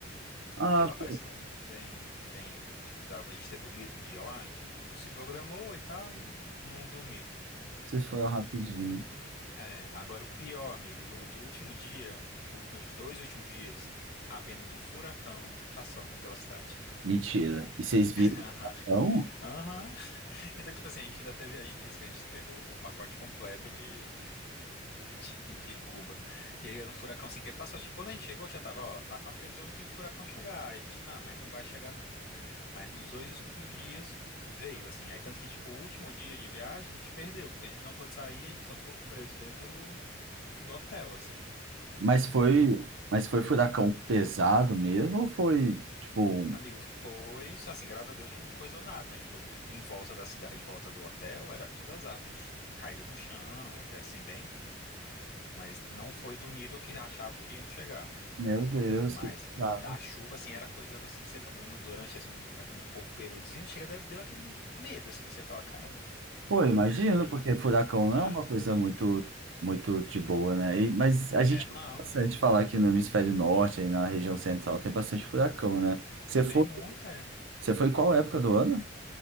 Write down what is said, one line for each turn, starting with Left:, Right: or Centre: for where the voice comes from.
Right: Ah,
Left: porque lá parece
Right: pô,
Left: que não tem tem tipo dava a gente ter dormido um dia lá, a gente não se programou e tal e não não dormiu.
Right: vocês foram rapidinho.
Left: É, agora o pior, amigo, no do último dia, no- nos dois últimos dias, apenas um furacão passando pela cidade.
Right: Mentira. E vocês viram,
Left: Aham.
Right: então?
Left: Aham. Então, tipo assim, a gente ainda teve. A gente disse que a gente pegou o pacote completo de, de, de Cuba. E aí era um furacão assim, que passou, tipo, quando a gente chegou, já tava, ó, tá com a previsão de furacão chegar. Aí a gente, não, mas não vai chegar, não. Aí nos dois últimos dias veio, assim. Aí tanto que, tipo, o último dia de viagem a gente perdeu, porque a gente não pôde sair, a gente só ficou preso dentro do, do hotel, assim.
Right: Mas foi, mas foi furacão pesado mesmo ou foi tipo,
Left: Amigo, foi, assim, graças a Deus não coisou nada, mas, tipo, em volta da cidade, em volta do hotel, era tudo as árvores caídas no chão, foi assim, bem. mas não foi do nível que achavam que iam chegar.
Right: meu Deus,
Left: Mas
Right: que
Left: no
Right: pesado.
Left: da chuva, assim, era coisando assim que você fala, no- durante assim, um pouco períodozinho, chega, deu, deu aquele medo assim que você fala, caramba.
Right: Pô, imagino,
Left: E
Right: porque furacão não
Left: é,
Right: é uma coisa muito muito de boa, né? E- mas a gente
Left: é não,
Right: ouve bastante
Left: e
Right: falar que no hemisfério norte, aí na região central, tem bastante furacão, né? Você
Left: tem
Right: foi,
Left: muita. é.
Right: você foi em qual época do ano?